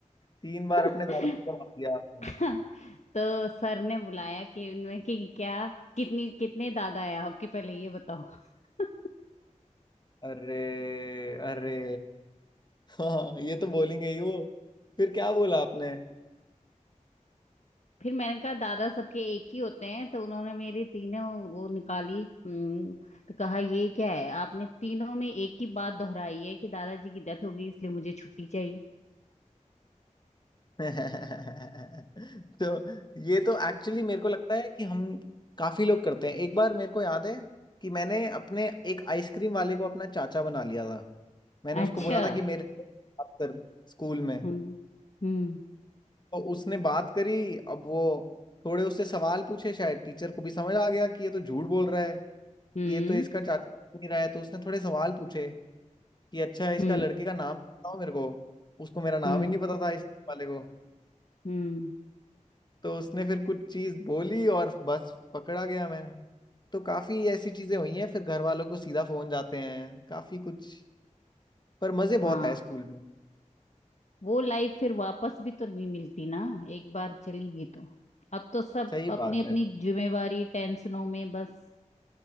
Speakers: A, on the left; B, on the left.
A: तीन बार अपने
B: <laughs>
A: दादाजी को मार दिया आपने
B: हाँ, तो सर ने बुलाया कि उनमें कि क्या कितनी कितने दादा है आपके पहले ये बताओ <laughs>
A: अरे अरे हाँ ये तो बोलेंगे ही वो फिर क्या बोला आपने
B: फिर मैंने कहा दादा सबके एक ही होते हैं तो उन्होंने मेरी तीनों वो निकाली हम्म, तो कहा ये क्या है आपने तीनों में एक ही बात दोहराई है कि दादाजी की डेथ हो गई इसलिए मुझे छुट्टी चाहिए
A: <laughs> तो ये तो एक्चुअली मेरे को लगता है कि हम काफी लोग करते हैं एक बार मेरे को याद है कि मैंने अपने एक आइसक्रीम वाले को अपना चाचा बना लिया था मैंने उसको
B: अच्छा
A: बोला था कि मेरे को बात कर स्कूल में
B: हम्म हम्म
A: तो उसने बात करी अब वो थोड़े उससे सवाल पूछे शायद टीचर को भी समझ आ गया कि ये तो झूठ बोल रहा है
B: हम्म
A: कि ये तो इसका चाचा नहीं रहा है तो उसने थोड़े सवाल पूछे कि अच्छा इसका
B: हम्म
A: लड़के का नाम बताओ मेरे को उसको मेरा नाम
B: हम्म
A: ही नहीं पता था इस वाले को
B: हम्म,
A: तो उसने फिर कुछ चीज बोली और बस पकड़ा गया मैं तो काफी ऐसी चीजें हुई हैं फिर घर वालों को सीधा फोन जाते हैं काफी कुछ पर मजे बहुत
B: हाँ
A: आए स्कूल में
B: वो लाइफ फिर वापस भी तो नहीं मिलती ना एक बार चली गई तो अब तो सब
A: सही
B: अपनी
A: बात
B: अपनी
A: है
B: जिम्मेवारी टेंशनों में बस